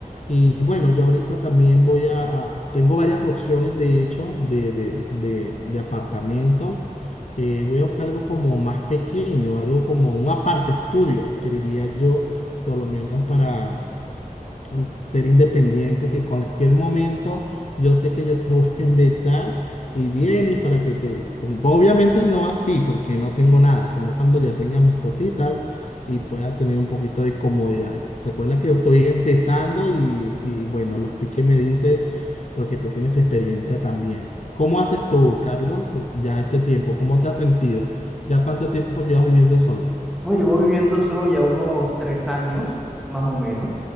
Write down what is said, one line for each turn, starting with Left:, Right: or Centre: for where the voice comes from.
Left: Y bueno, yo ahorita también voy a, a- tengo varias opciones, de hecho, de, de, de de apartamento eh, voy a buscar algo como más pequeño, algo como un aparte estudio, que diría yo, por lo menos para, pues, ser independiente, que cualquier momento yo sé que yo te <laughs> voy a invitar y vienes para que te... como- Obviamente no así, porque no tengo nada, sino cuando ya tenga mis cositas y pueda tener un poquito de comodidad. Recuerda que yo estoy empezando y, y bueno, los tips que me dices, porque tú tienes experiencia también. ¿Cómo haces tú, Carlos, ya este tiempo? ¿Cómo te has sentido? ¿Ya cuánto tiempo llevas viviendo solo?
Centre: No, llevo viviendo solo ya unos tres años, más o menos.